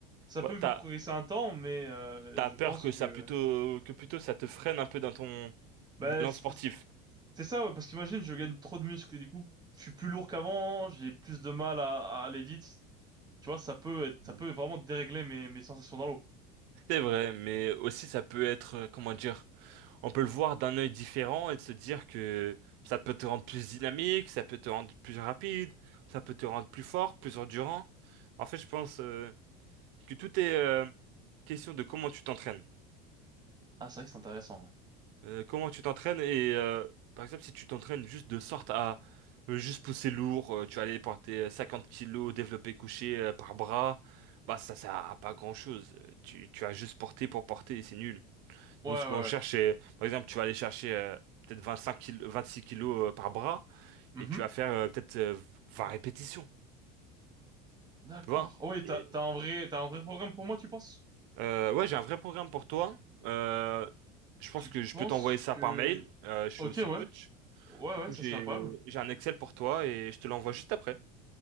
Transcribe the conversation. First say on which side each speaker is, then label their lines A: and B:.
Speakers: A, on the right; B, on the right.
A: Ça
B: Ouais,
A: peut me
B: t'as,
A: faire progresser un temps, mais euh,
B: t'as
A: je
B: peur
A: pense
B: que
A: que...
B: ça plutôt que plutôt ça te freine un peu dans ton
A: Bah,
B: élan
A: c'est
B: sportif.
A: c'est ça, ouais, parce qu'imagine, je gagne trop de muscles et du coup, je suis plus lourd qu'avant, j'ai plus de mal à, à aller vite. Tu vois, ça peut être,
B: Mm.
A: ça peut vraiment dérégler mes, mes sensations dans l'eau.
B: C'est vrai, mais aussi ça peut être, euh, comment dire, on peut le voir d'un œil différent et de se dire que ça peut te rendre plus dynamique, ça peut te rendre plus rapide, ça peut te rendre plus fort, plus endurant. En fait, je pense euh, que tout est euh, question de comment tu t'entraînes.
A: Ah, c'est vrai que c'est intéressant, ouais.
B: Euh, comment tu t'entraînes et euh, par exemple si tu t'entraînes juste de sorte à euh, juste pousser lourd, euh, tu vas aller porter euh, 50 kilos développé couché euh, par bras, bah ça sert à pas grand-chose. Euh, Tu, tu as juste porté pour porter et c'est nul.
A: Ouais,
B: Donc
A: ouais,
B: ce qu'on cherche
A: ouais.
B: c'est par exemple tu vas aller chercher euh, peut-être 25 kilos, 26 kilos euh, par bras
A: Mhm.
B: et tu vas faire euh, peut-être euh, 20 répétitions,
A: D'accord.
B: tu vois?
A: Ah oui,
B: Et,
A: t'as, t'as un vrai, t'as un vrai programme pour moi, tu penses?
B: euh, ouais, j'ai un vrai programme pour toi. Euh, je pense
A: Tu
B: que je
A: penses
B: peux t'envoyer ça
A: que...
B: par mail. Euh, je suis
A: Ok,
B: aussi
A: ouais.
B: coach.
A: Ouais,
B: Du
A: ouais,
B: coup,
A: ça
B: j'ai
A: serait incroyable.
B: j'ai un Excel pour toi et je te l'envoie juste après.